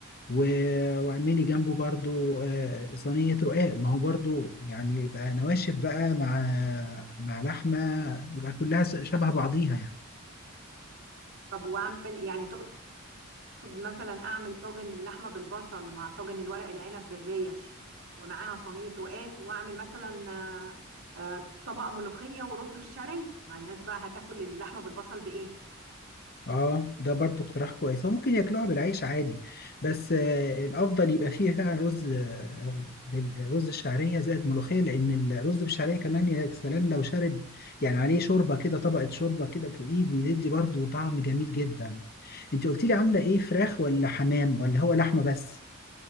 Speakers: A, on the left; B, on the right.
A: و- واعملي جنبه برضو آه، صينية رقاق ما هو برضو يعني يبقى نواشف بقى مع مع لحمة يبقى كلها شبه بعضيها يعني
B: طب واعمل يعني تقصد مثلا اعمل طاجن اللحمه بالبصل مع طاجن الورق العنب بالريش ومعاها صينيه رقاق واعمل مثلا آه، آه، طبق ملوخيه ورز بالشعريه مع الناس بقى هتاكل اللحمه بالبصل بايه
A: اه ده برضه اقتراح كويس هو ممكن ياكلوها بالعيش عادي بس آه الافضل يبقى فيه فعلا رز آه بال- رز الشعريه زائد ملوخيه لان الرز بالشعريه كمان يا سلام لو شارب يعني عليه شوربه كده طبقه شوربه كده فوقيه بيدي برضه طعم جميل جدا انت قلت لي عامله ايه فراخ ولا حمام ولا هو لحمه بس